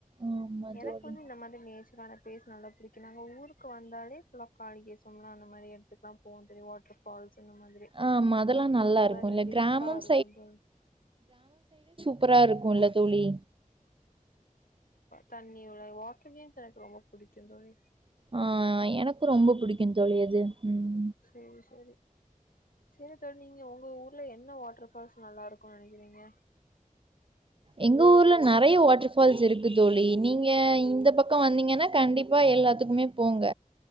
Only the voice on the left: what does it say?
எனக்கு
வந்து இந்த மாதிரி நேச்சரான பேஸ் நல்லா புடிக்கும் நாங்க ஊரு க்கு வந்தாலே இல்ல காளிகேசம் அந்த மாதிரி இடத்துக்கல்லாம் போவ தோழி வாட்டர்ஃபால்ஸ் அந்த மாதிரி
ரொம்ப
ரிலீபா
இருக்கும் தோழி
தண்ணியோட வாட்டர்ல எனக்கு ரொம்ப பிடிக்கும் தோழி
செரி செரி செரி தோழி நீங்க உங்க ஊர்ல என்ன வாட்டர் ஃபால்ஸ் நல்லா இருக்கும் நினைக்கிறீங்க